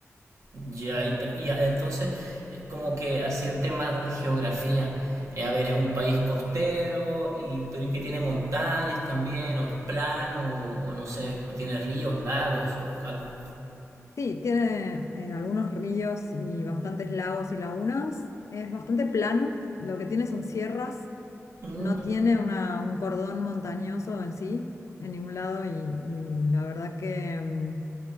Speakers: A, on the right; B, on the left.
A: Ya, y, pero- y a- entonces, eh, como que así en temas de geografía, eh, a ver, es un país costero y, pero y que tiene montañas también, o es plano, o, o no sé, o tiene ríos, lagos, o algo.
B: Sí, tiene eh, algunos ríos y bastantes lagos y lagunas. Es bastante plano. Lo que tiene son sierras.
A: Mm,
B: No tiene una- un cordón montañoso en sí, en ningún lado. Y, y la verdad que mm,